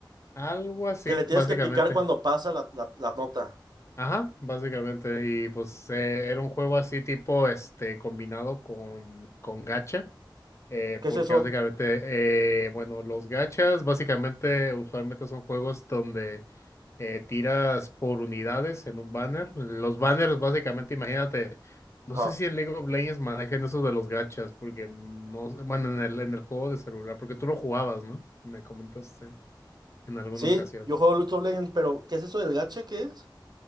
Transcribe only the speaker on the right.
que le tienes
que picar cuando pasa la, la- la nota.
¿Qué
es eso?
Ajá.
Sí,
yo juego League of Legends, pero ¿qué es eso del gacha? ¿Qué es?